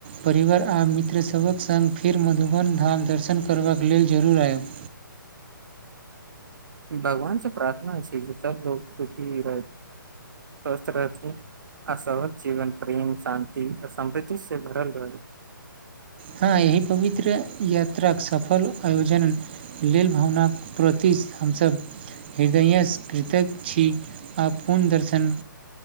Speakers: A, on the right (about 30°); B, on the right (about 60°).
A: परिवार आ मित्रसभक संग मधुबन धामक दर्शन करबाक लेल जरूर आएब।
B: भगवानसँ प्रार्थना अछि जे सभ लोक सुखी रहथि, स्वस्थ रहथि। अहाँ जीवन प्रेम, शान्ति आ समृद्धिसँ भरल रहै।
A: हँ, एहि पवित्र यात्राक सफल आयोजन। लेल भावनाक प्रति हमसभ। हृदयसँ कृतज्ञ छी आ पूर्ण दर्शन।